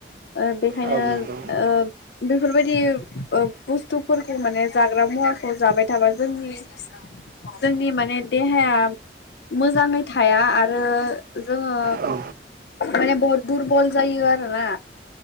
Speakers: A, on the left; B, on the right.
A: ओ बेखायनो
B: औ नंगौ
A: ओ बेफोरबायदि ओ बुस्थुफोरखौ माने जाग्रा मुवाखौ जाबाय थाबा जोंनि जोंनि माने देहाया मोजाङै थाया आरो जोङो
B: औ
A: माने बहुद दुरबल जायो आरोना